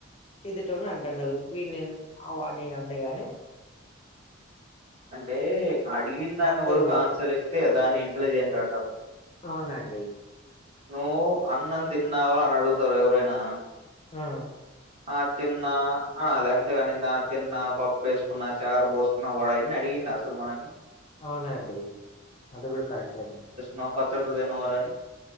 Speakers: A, on the left (about 30°); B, on the right (about 30°).
A: ఎదుటోలీన్ అంటుండ వీని ఆ వాడ్నీ అండగానీ
B: అంటే అడిగిన్ దాని
A: అంతేలేండి
B: వరకు ఆన్సర్ ఇస్తే దాన్ని ఇంటలిజెంట్ అంటారు
A: అవునా అండీ
B: నువ్వు అన్నం తిన్నావా అని అడుగుతారు ఎవరైనా
A: ఆహ్
B: ఆ తిన్నా అనాలె అంతేగాని త తిన్నా పప్పు వేసుకున్నా చారు పోసు న వాడు అన్ని అడిగిండ అసలు మనని
A: అవునా అండి అది కూడా కరెక్టే అండి
B: నం పచ్చడితో తిన్నవారేని